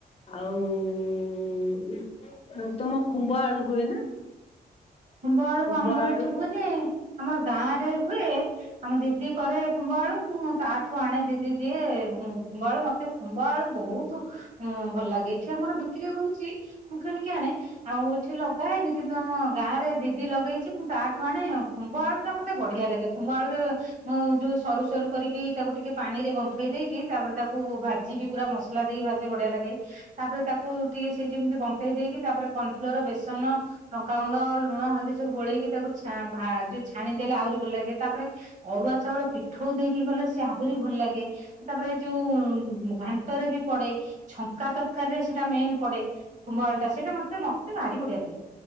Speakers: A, on the left; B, on the right.
A: ଆଉ ତମ ଖୁମ୍ବ ଆଳୁ ହୁଏ ନା?
B: ଖୁମ୍ଭ ଆଳୁ
A: ଖୁମ୍ବ
B: ଆମର
A: ଆଳୁ
B: ଏଠି ହୁଏନି, ଆମର ଗାଁ ରେ ହୁଏ ଆମ ଦିଦି କରେ ଖୁମ୍ଭ ଆଳୁ ମୁଁ ତାଠୁ ଆଣେ ଦିଦି ଦିଏ, ଖୁମ୍ଭ ଆଳୁ ମତେ ଖୁମ୍ଭ ଆଳୁ ବହୁତୁ ଉଁ ଭଲ୍ ଲାଗେ, ଏଠି ଆମର ବିକ୍ରି ହଉଚି ମୁଁ କିଣିକି ଆଣେ ଆଉ ଏଠି ଲଗାହେଇନି କିନ୍ତୁ ଆମ ଗାଁରେ ଦିଦି ଲଗେଇଚି, ମୁଁ ତାଠୁ ଆଣେ, ଖୁମ୍ଭ ଆଳୁଟା ମତେ ବଢିଆ ଲାଗେ ଖୁମ୍ଭ ଆଳୁରେ ମୁଁ ଯୋଉ ସରୁ-ସରୁ କରିକି ତାକୁ ଟିକେ ପାଣିରେ ବମ୍ଫେଇ ଦେଇକି ତାପରେ ତାକୁ ଭାଜିବି ପୁରା ମସଲା ଦେଇ ଭାଜେ ବଢିଆ ଲାଗେ। ତାପରେ ତାକୁ ଟିକେ ସେ ଯେମ୍ତି ବମ୍ଫେଇ ଦେଇକି ତାପରେ କର୍ଣଫ୍ଲୋର୍, ବେସନ, ଲଙ୍କାଗୁ ଣ୍ଡ ଲୁଣ ହଳଦୀ ସବୁ ଗୋଳେଇକି ତାକୁ ଛା ଭା ଯୋଉ ଛାଣିଦେଲେ ଆହୁରି ଭଲ୍ ଲାଗେ, ତାପରେ ଅରୁଆ ଚାଉଳ ପିଠୋଉ ଦେଇକି କଲେ ସେ ଆହୁରି ଭଲ ଲାଗେ। ତାପରେ ଏଯୋଉ ଘାଣ୍ଟରେ ବି ପଡେ। ଛଙ୍କା ତରକାରୀରେ ସେଇଟା ମେନ୍ ପଡେ ଖୁମ୍ବ ଆଳୁଟା, ସେଇଟା ମତେ-ମତେ ଭାରି ବଢିଆ ଲାଗେ